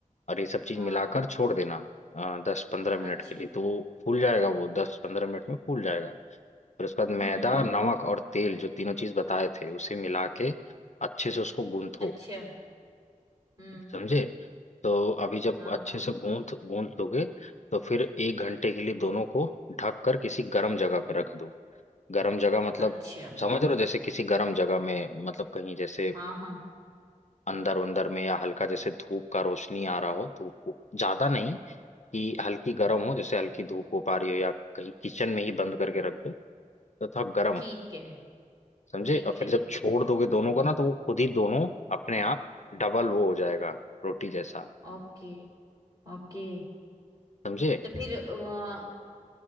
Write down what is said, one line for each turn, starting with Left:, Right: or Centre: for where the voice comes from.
Left: और ये सब चीज
Right: हाँ
Left: मिलाकर छोड़ देना दस पंद्रह मिनट
Right: अच्छा
Left: के लिए तो वो फूल जाएगा वो दस पंद्रह मिनट में फूल जाएगा फिर उसके बाद
Right: हम्म
Left: मैदा नमक और तेल जो तीनों चीज बताए थे उसे मिला के अच्छे से उसको गूंथो
Right: अच्छा हम्म
Left: समझे तो अभी जब
Right: हाँ
Left: अच्छे
Right: हाँ
Left: से गूंथ गूंथ दोगे तो फिर एक घंटे के लिए दोनों को ढक कर किसी गर्म
Right: हम्म
Left: जगह पर रख दो गर्म जगह मतलब
Right: अच्छा
Left: समझ रहे हो जैसे किसी गर्म जगह में मतलब कहीं जैसे
Right: हाँ हाँ
Left: अंदर अंदर में या हल्का जैसे धूप का रोशनी आ रहा हो धूप को- ज्यादा नहीं कि हल्की गर्म हो जैसे हल्की धूप हो पा रही हो या कहीं किचन में ही बंद करके रख दो तो थोड़ा गर्म
Right: ठीक
Left: हो
Right: है
Left: समझे
Right: ठीक
Left: और फिर
Right: है
Left: जब छोड़ दोगे दोनों को ना तो वो खुद ही दोनों अपने आप डबल वो हो जाएगा रोटी जैसा
Right: Okay okay
Left: समझे
Right: तो फिर अ,